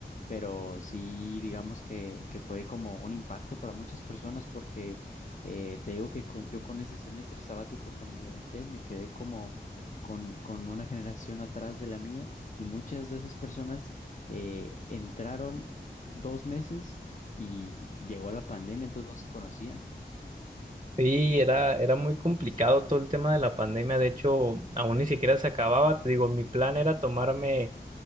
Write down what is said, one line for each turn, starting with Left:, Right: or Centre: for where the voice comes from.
Left: pero sí digamos que, que fue como un impacto para muchas personas porque eh, te digo que con- yo con ese semestre sabático que me inventé me quedé como con, con una generación atrás de la mía y muchas de esas personas eh, entraron dos meses y llegó la pandemia, entonces no se conocían.
Right: Sí, era, era muy complicado todo el tema de la pandemia. De hecho, aún ni siquiera se acababa. Te digo, mi plan era tomarme